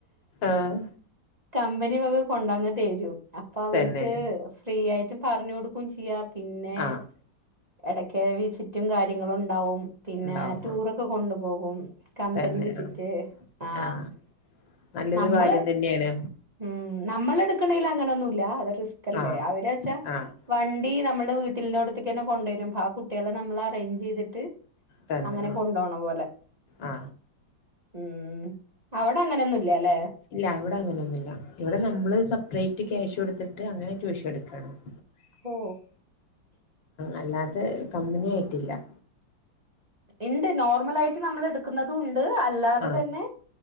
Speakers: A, on the left; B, on the right.
A: ആഹ്
B: കമ്പനിവക കൊണ്ടോന്നു തേരും അപ്പൊ അവർക്ക്
A: തന്നെ
B: ഫ്രീയായിട്ടും പറഞ്ഞുകൊടുക്കും ചെയ്യാം പിന്നെ
A: ആഹ്
B: എടക്ക് വിസിറ്റും കാര്യങ്ങളും ഒണ്ടാവും പിന്നെ
A: ഉണ്ടാവും
B: ടൂറൊക്കെകൊണ്ടുപോകും
A: ആഹ്
B: കമ്പനി
A: തന്നെ
B: വിസിറ്റ്
A: ആഹ്
B: ആ
A: ആഹ് നല്ലൊരു
B: നമ്മള്
A: കാര്യം തന്നെയാണ്
B: ഉം നമ്മളെടുക്കണേൽ അങ്ങനൊന്നുമില്ല അത് റിസ്കല്ലേ
A: ആഹ്
B: അവരച്ചാ
A: ആഹ്
B: വണ്ടി നമ്മള് വീട്ടിലിന്റേലവിടത്തേക്കുതന്നെ കൊണ്ടേരും അപ്പൊ ആ കുട്ടികളെ നമ്മള് അറേഞ്ച് ചെയ്തിട്ട്
A: തന്നെ
B: അങ്ങനെ കൊണ്ടോണ പോലെ
A: ആ ആ
B: ഉം അവിടങ്ങനെയൊന്നുല്ലാല്ലേ
A: ഇല്ല ഇവിടെ അങ്ങനെയൊന്നില്ല ഇവിടെ നമ്മള് സെപ്പറേറ്റ് ക്യാഷ് കൊടുത്തിട്ട് അങ്ങനെ ട്യൂഷൻ എടുക്കാണ് <inaudible>
B: ഓ
A: അല്ലാത്തെ കമ്പനിയായിട്ടില്ല
B: ഇണ്ട് നോർമലായിട്ട് നമ്മൾ എടുക്കുന്നതുമുണ്ട് അല്ലാതെ
A: ആഹ്
B: തന്നെ